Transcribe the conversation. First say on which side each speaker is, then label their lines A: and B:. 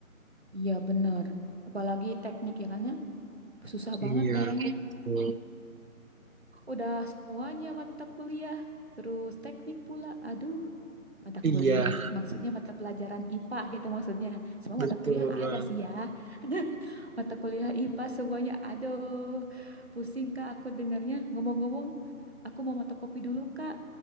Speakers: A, on the right; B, on the right.
A: Iya bener. Apalagi teknik ya kan ya susah banget
B: iya
A: kayaknya.
B: betul
A: Udah semuanya mata kuliah, terus teknik pula. Aduh, mata
B: iya
A: kuliah maksudnya mata pelajaran IPA gitu maksudnya semua
B: betul
A: mata kuliah ada
B: banget
A: sih ya <laughs> mata kuliah IPA semuanya aduh pusing kak aku dengarnya ngomong-ngomong aku mau fotokopi dulu kak